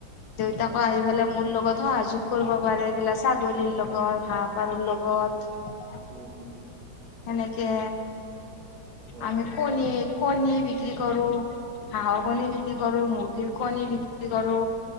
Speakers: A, on the left; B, on the right.
A: দেউতাকো
B: হয়,
A: আহি পেলাই মোৰ লগত সহযোগ কৰিব পাৰে। এইগিলা ছাগলীৰ লগত, হাঁহ পাৰৰ লগত
B: উম, উম।
A: সেনেকে
B: অ',
A: আমি কণী কণী বিক্ৰী কৰো, হাঁহৰ কণী বিক্ৰী কৰো, মুৰ্গীৰ কণী বিক্ৰী কৰো,